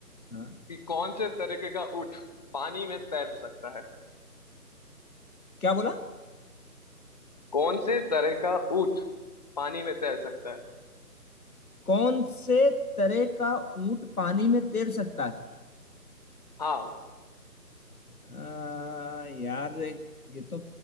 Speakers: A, on the left (about 60°); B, on the left (about 25°).
A: हाँ
B: कि कौन से तरीके का ऊँट पानी में तैर सकता है
A: क्या बोला
B: कौन से तरह का ऊँट पानी में तैर सकता है
A: कौन से तरह का ऊंट पानी में तैर सकता है
B: हाँ
A: आ, यार एक- ये तो